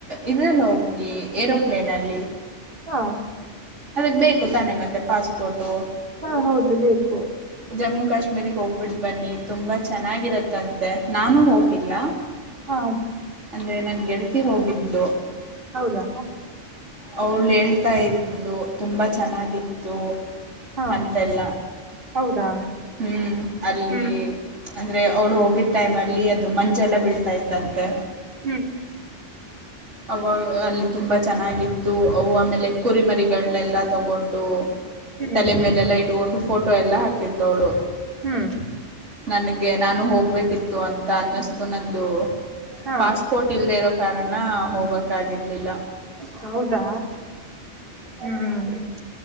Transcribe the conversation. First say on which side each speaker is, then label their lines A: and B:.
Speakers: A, on the right; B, on the right.
A: ಇದರಲ್ಲಿ ಹೋಗಿ ಏರೋಪ್ಲೇನಲ್ಲಿ
B: ಹಾ
A: ಅದಕ್ಕೆ ಬೇಕು ತಾನೆ ಮತ್ತೆ ಪಾಸ್ಪೋರ್ಟು
B: ಹಾ ಹೌದು ಬೇಕು
A: ಜಮ್ಮು ಕಾಶ್ಮೀರಿಗೆ ಹೋಗ್ಬಿಟ್ಟು ಬನ್ನಿ ತುಂಬಾ ಚೆನ್ನಾಗಿರತ್ತಂತೆ ನಾನು ಹೋಗಿಲ್ಲ
B: ಹಾ
A: ಅಂದ್ರೆ ನನ್ ಗೆಳತಿ ಹೋಗಿದ್ಲು
B: ಹೌದಾ
A: ಅವಳ ಹೇಳ್ತಾ ಇದು ತುಂಬ ಚೆನ್ನಾಗಿತ್ತು
B: ಹಾ
A: ಅಂತೆಲ್ಲ
B: ಹೌದಾ
A: ಹ್ಮ್ ಅಲ್ಲಿ
B: ಹ್ಮ್
A: ಅಂದ್ರೆ ಅವ್ಳು ಹೋಗಿದ ಟೈಮ ಅಲ್ಲಿ ಅದು ಮಂಜೆಲ್ಲ ಬೀಳ್ತಾ ಇತ್ತಂತೆ
B: ಹ್ಮ್
A: ಅವ ಅಲ್ಲಿ ತುಂಬ ಚೆನ್ನಾಗಿತ್ತು ಅವು ಆಮೇಲೆ ಕುರಿಮರಿಗಳನ್ನೆಲ್ಲ ತಗೊಂಡು
B: ಹ್ಮ್
A: ತಲೆ ಮೇಲೆಲ್ಲ ಇಟ್ಕೊಂಡು ಫೋಟೋ ಎಲ್ಲ ಹಾಕಿದ್ಳವಳು
B: ಹ್ಮ್
A: ನನಗೆ ನಾನು ಹೋಗ್ಬೇಕಿತ್ತು ಅಂತ ಅನ್ನಿಸ್ತು ನಂದು
B: ಹಾ
A: ಪಾಸ್ಪೋರ್ಟ್ ಇಲ್ದೆ ಇರೋ ಕಾರಣ ಹೋಗಕ್ಗರ್ಲಿಲ್ಲ
B: ಹೌದಾ ಹ್ಮ್